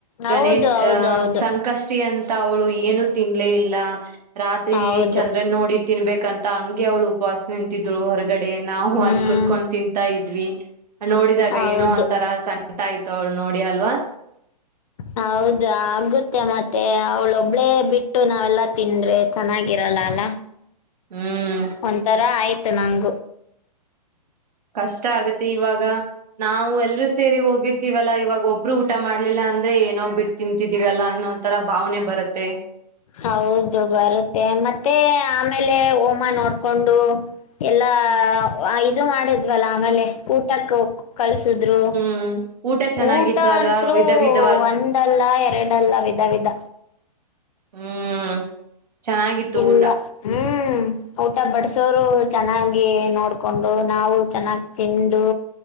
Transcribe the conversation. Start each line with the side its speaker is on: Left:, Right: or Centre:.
Left: ಹೌದು
Right: ಗಣ
Left: ಹೌದು
Right: ಅಹ
Left: ಹೌದು
Right: ಸಂಕಷ್ಟ ಅಂತ ಅವಳು ಏನು ತಿನ್ಲೇ ಇಲ್ಲ ರಾತ್ರಿ
Left: ಹೌದು
Right: ಚಂದ್ರನ್ ನೋಡಿ ತಿನ್ಬೇಕಂತ ಹಂಗೆ ಅವ್ಳು ಉಪವಾಸ ನಿಂತಿದ್ಳು ಹೊರಗಡೆ ನಾವು
Left: ಹ್ಮ್
Right: ಅಲ್ಲಿ ಕುೂತ್ಕೊಂಡು ತಿಂತಾ ಇದ್ವಿ ನೋಡಿದಾಗ
Left: ಹೌದು
Right: ಏನೋ ಒಂಂತರ ಸಂಗಟ ಆಯ್ತ ಅವಳ ನೋಡಿ ಅಲ್ವಾ
Left: ಹೌದ ಆಗುತ್ತೆ ಮತ್ತೆ ಅವಳ ಒಬ್ಳೇ ಬಿಟ್ಟು ನಾವೆಲ್ಲಾ ತಿಂದ್ರೆ ಚೆನ್ನಾಗಿರಲ್ಲ ಅಲ್ಲ
Right: ಹ್ಮ್
Left: ಒಂತರ ಆಯ್ತು ನಂಗ
Right: ಕಷ್ಟ ಆಗತ್ತೆ ಇವಾಗ ನಾವು ಎಲ್ರೂ ಸೇರಿ ಹೋಗಿರ್ತಿವಲ್ಲಾ ಇವಾಗ ಒಬ್ರು ಊಟ ಮಾಡ್ಲಿಲ್ಲ ಅಂದ್ರೆ ಏನೋ ಬಿಟ್ಟು ತಿಂತಿದಿವವಲ್ಲಾ ಅನ್ನೋ ತರ ಭಾವನೆ ಬರುತ್ತೆ
Left: ಹೌದು ಬರುತ್ತೆ ಮತ್ತೆ ಆಮೇಲೆ ಹೋಮ ನೋಡ್ಕೊಂಡು ಎಲ್ಲಾ ಇದು ಮಾಡಿದ್ವಲ್ಲ ಆಮೇಲೆ ಊಟಕ್ಕೆ ಕಳ್ಸಿದ್ರು.
Right: ಹ್ಮ ಊಟ. ಚೆನ್ನಾಗಿತ್ತು
Left: ಊಟ
Right: ಅಲ್ವಾ
Left: ಅಂತ್ರು
Right: ವಿಧ ವಿಧವಾದ
Left: ಒಂದಲ್ಲ ಎರಡಲ್ಲ ವಿಧ ವಿಧ.
Right: ಹ್ಮ್ ಚೆನ್ನಾಗಿತ್ತು
Left: ಇಲ್ಲ
Right: ಊಟ
Left: ಹ್ಮ್ ಹ್ಮ ಊಟ ಬಡಸೋರು ಚೆನ್ನಾಗಿ ನೋಡ್ಕೊಂಡು ನಾವು ಚೆನ್ನಾಗ್ ತಿಂದು.